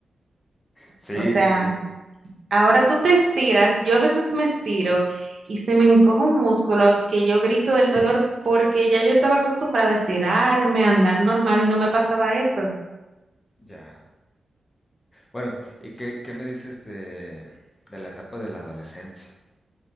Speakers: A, on the left (about 25°); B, on the right (about 60°).
A: Sí,
B: O sea,
A: sí, sí,
B: ahora tú te estiras, yo a veces me estiro y se me encoge un músculo que yo grito del dolor porque ya yo estaba acostumbrada a estirarme, a andar normal y no me pasaba eso.
A: ya. Bueno, ¿y qué, qué me dices de, de la etapa de la adolescencia?